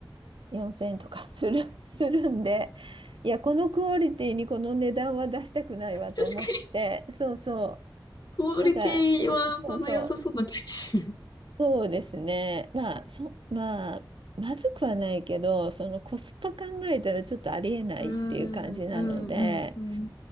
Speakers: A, on the right; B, on the left.
A: 4000円とかする、<laughs> するんで、いや、このクオリティにこの値段は出したくないわと思って、
B: 確かに、
A: そうそ
B: クオリティはそんな良さそうな感じ。
A: う。だから、そうそう、そうですね。まあ、そ、まあ、まずくはないけど、そのコスパ考えたらちょっとありえないっていう感じなので、
B: うん、うん、うん。